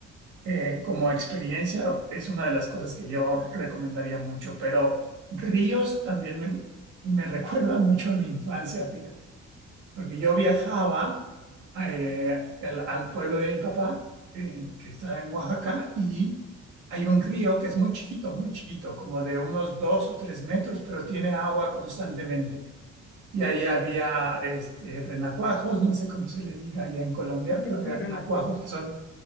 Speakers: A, on the right; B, on the left.
A: eh, como experiencia es una de las cosas que yo recomendaría mucho, pero ríos también me, me <laughs> recuerda mucho a mi infancia, fíjate. Porque yo viajaba eh, al, al pueblo de mi papá, eh, que está en Oaxaca, y hay un río que es muy chiquito, muy chiquito, como de unos dos o tres metros, pero tiene agua constantemente. Y ahí había este, renacuajos, no sé cómo se le diga allá en Colombia, pero
B: Sí,
A: había
B: sí,
A: renacuajos
B: renacuajo.
A: que son,